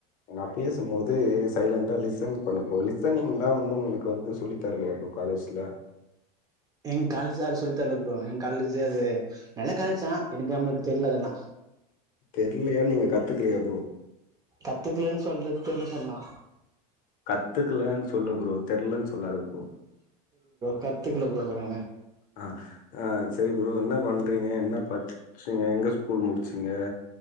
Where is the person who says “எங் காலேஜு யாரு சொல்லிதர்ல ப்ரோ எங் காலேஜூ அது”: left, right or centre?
Right